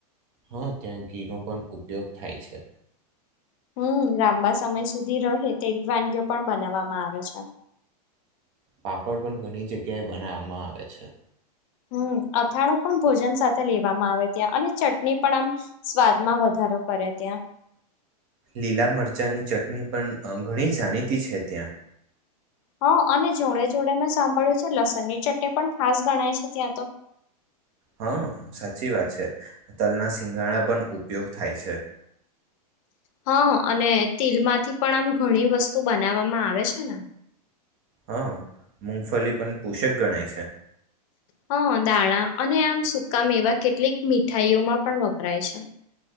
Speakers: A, on the right (about 50°); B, on the left (about 55°).
A: હં ત્યાં ઘીનો પણ ઉપયોગ થાય છે
B: હમ લાંબા સમય સુધી રહે તેવી વાનગીઓ પણ બનાવામાં આવે છે
A: પાપડ પણ ઘણી જગ્યાએ બનાવવામાં આવે છે
B: હમ અથાણું પણ ભોજન સાથે લેવામાં આવે ત્યાં અને ચટણી પણ આમ સ્વાદમાં વધારો કરે ત્યાં
A: લીલા મરચાંની ચટણી પણ ઘણી જાણીતી છે ત્યાં
B: હા અને જોડે જોડે મેં સાંભળ્યું છે લસણની ચટણી પણ ખાસ ગણાય છે ત્યાં તો
A: હા સાચી વાત છે તલના સિંગાણા પણ ઉપયોગ થાય છે
B: હા અને તિલ માંથી પણ આમ ઘણી વસ્તુ બનાવવામાં આવે છે ને
A: હા મૂગફલી પણ પોષક ગણાય છે
B: હા દાણા અને આમ સુકા મેવા કેટલીક મીઠાઈઓમાં પણ વપરાય છે